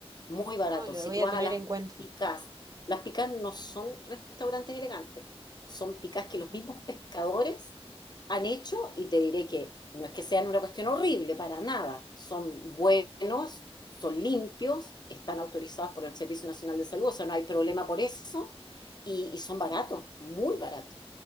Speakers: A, on the left; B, on the right.
A: muy barato.
B: No, lo
A: Si
B: voy
A: tú
B: a
A: vas
B: tener
A: a las
B: en cuenta.
A: picás, las picás no son restaurantes elegantes, son picás que
B: Ujú,
A: los mismos pescadores han hecho y te diré que no es que sean una cuestión horrible, para nada. Son buenos, son limpios, están autorizados por el Servicio Nacional de Salud, o sea, no hay problema por eso. Y, y son baratos, muy baratos,